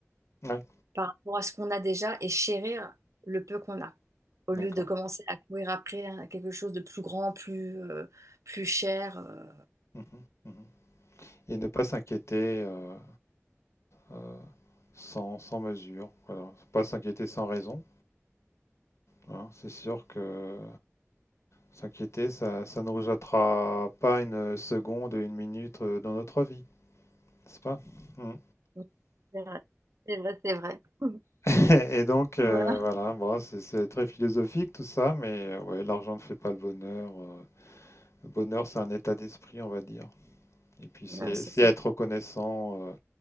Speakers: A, on the left (about 65°); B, on the right (about 75°).
A: Ouais.
B: par rapport à ce qu'on a déjà et chérir le peu qu'on a, au
A: D'accord.
B: lieu de commencer à courir après hein, quelque chose de plus grand, plus, euh, plus cher. euh.
A: Mhm. Mhm. Et ne pas s'inquiéter euh, euh, sans, sans mesure. Voilà. Faut Pas s'inquiéter sans raison. hein. C'est sûr que s'inquiéter, ça, ça ne nous jettera pas une seconde, une minute euh, dans notre vie, n'est-ce pas? Mm.
B: Donc, C'est vrai, c'est vrai, c'est vrai. <laughs>
A: <laughs> Et donc, heu,
B: Voilà.
A: voilà, bon, c'est c'est très philosophique tout ça, mais heu, ouais, l'argent ne fait pas le bonheur, heu, le bonheur, c'est un état d'esprit, on va dire. Et puis c'est
B: Ouais, c'est
A: c'est
B: ça.
A: être reconnaissant, heu,